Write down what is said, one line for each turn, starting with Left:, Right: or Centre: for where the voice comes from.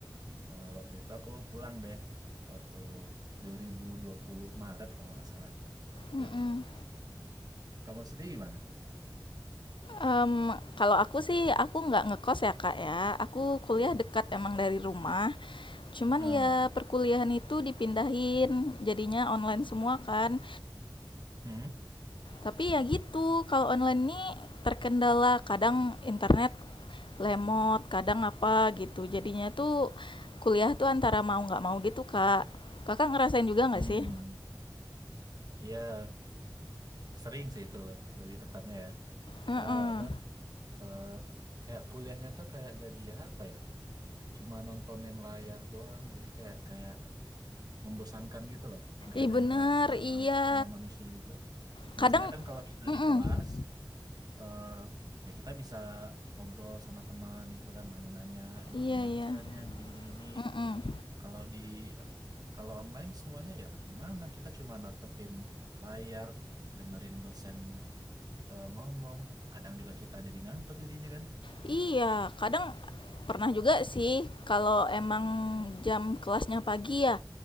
Right: eh, waktu itu aku pulang deh. Waktu 2020 Maret kalau nggak salah itu. Pulang
Left: mm-mm.
Right: ya. Kamu sendiri gimana?
Left: Em, kalau aku sih, aku nggak ngekos ya Kak ya. Aku kuliah dekat emang dari rumah. Cuman
Right: Hmm.
Left: ya perkuliahan itu dipindahin, jadinya online semua kan.
Right: Hmm.
Left: Tapi ya gitu, kalau online ini terkendala kadang internet lemot, kadang apa gitu. Jadinya tuh kuliah tuh antara mau nggak mau gitu, Kak. Kakak ngerasain juga
Right: Hmm.
Left: nggak sih?
Right: Iya, sering sih itu loh, lebih tepatnya ya.
Left: Heeh.
Right: Karena apa? eh, kayak kuliahnya tuh kayak jadi apa ya? Cuma nontonin layar doang. Jadi kayak kayak membosankan gitu loh. Nggak
Left: Ih
Right: ada
Left: bener,
Right: interaksi
Left: iya.
Right: antar sesama manusia gitu.
Left: Kadang,
Right: Biasanya kan kalau kita
Left: mm
Right: di kelas, eh, ya kita bisa ngobrol sama teman gitu kan, nanya-nanya, ini
Left: iya
Right: gimana
Left: iya,
Right: caranya, gini-gini gini.
Left: mm
Right: Kalau di apa, kalau online semuanya ya gimana? Kita cuma natepin layar, dengerin dosen eh, ngomong. Kadang juga kita jadi ngantuk jadinya kan.
Left: Iya, kadang pernah juga sih kalau emang jam kelasnya pagi ya,